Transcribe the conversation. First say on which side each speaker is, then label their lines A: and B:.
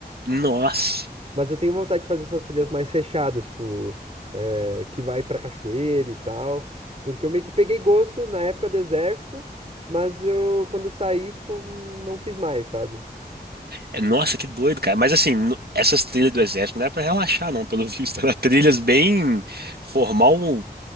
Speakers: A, on the right (about 70°); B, on the right (about 35°).
A: Nossa.
B: Mas eu tenho vontade de fazer essas trilhas mais fechadas, tipo, eh, que vai pra cachoeira e tal. Porque eu meio que peguei gosto na época do exército, mas eu, quando eu saí, tipo, não fiz mais, sabe?
A: É, Nossa, que doido, cara. Mas assim, no- essas trilhas do exército não era pra relaxar, não, pelo <laughs> visto. Era trilhas bem formar o